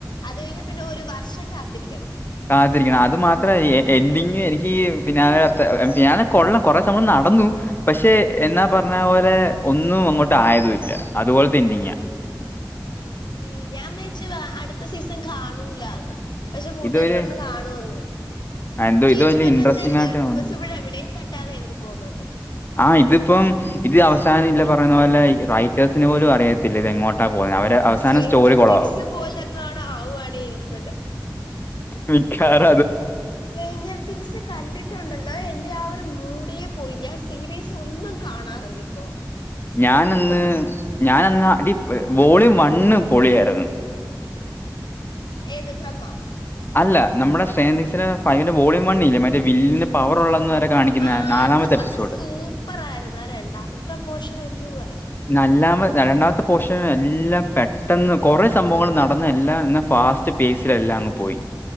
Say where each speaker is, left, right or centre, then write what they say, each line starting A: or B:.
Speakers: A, on the left (about 80°); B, on the left (about 30°).
A: അത് കഴിഞ്ഞ പിന്നെ ഒരു വർഷം കാത്തിരിക്കണം
B: കാത്തിരിക്കണം അത് മാത്ര എൻഡിങ് എനിക്ക് ഫിനാലെ അത്ര ഫിനാലെ കൊള്ളാം കൊറേ സംഭവം ന നടന്നു പക്ഷെ എന്നാ പറഞ്ഞ പോലെ ഒന്നും അങ്ങോട്ട് ആയതും ഇല്ല അതുപോലെത്തെ എൻഡിംഗാ. <inaudible>
A: അയ്യേ ഞാൻ മേച്ച അടുത്ത സീസൺ കാണൂലാന്ന്. പക്ഷെ കൂട്ടുകാര്
B: ഇതൊരു
A: പറഞ്ഞ് കാണുവെന്ന്.
B: ആ, എന്തോ
A: ചേച്ചി
B: ഇത് വലിയ
A: പറഞ്ഞ്
B: ഇൻട്രസ്റ്റിംഗ്
A: എന്തായാലും
B: ആയിട്ട്
A: കാണും
B: തോന്നുന്നു.
A: ബിക്കോസ് ഇവിടെ എവിടെയും തട്ടാതെ അവര് പോവുന്നത്.
B: ആ ഇതിപ്പം ഇത് അവസാനം ഇല്ല പറയുന്ന പോലെ റൈറ്റേഴ്സിന് പോലും അറിയത്തി ഇത് എങ്ങോട്ടാ പോകുന്നേന്ന് അവര് അവസാനം
A: സ്ട്രേഞ്ചർ
B: സ്റ്റോറി കൊളാവും.
A: തിങ്സ് പോലെ എങ്ങാണോ ആവുകയാണെങ്കിൽ എനിക്ക്
B: വിഖാര.
A: സ്ട്രെയിഞ്ചർ തിങ്ങ്സ് കണ്ടിട്ടുണ്ടല്ലോ എന്റെ ആ ഒരു മൂഡേ പോയി ഞാൻ. സീരീസ് ഒന്നും കാണാറില്ല ഇപ്പോ.
B: ഞാനന്ന്
A: ഒന്നും
B: ഞാനന്ന് അടി വോളിയം വണ്ണ് പൊളിയായിര്ന്ന്.
A: ഏത് ഫ്രമ്മ.
B: അല്ല നമ്മുടെ സ്ട്രെയിഞ്ചർ തിങ്ങ്സിലെ ഫൈവ്ന്റെ വോളിയം വണ്ണിേല്ല മറ്റേ വില്ലിന് പവർ ഉള്ളതന്ന് വരെ. കാണിക്കുന്ന
A: ആ
B: നാലാമത്തെ
A: അത്
B: എപ്പിസോഡ്.
A: അത് സൂപ്പർ ആയിര്ന്ന് രണ്ടാമത്തെ പോർഷൻ എന്തുവായി
B: നല്ലാമ രണ്ടാമത്ത. പോഷൻ എല്ലാം പെട്ടെന്ന് കുറെ സംഭവങ്ങൾ നടന്ന് എല്ലാം എന്ന ഫാസ്റ്റ് പേസില് എല്ലാം അങ്ങ് പോയി.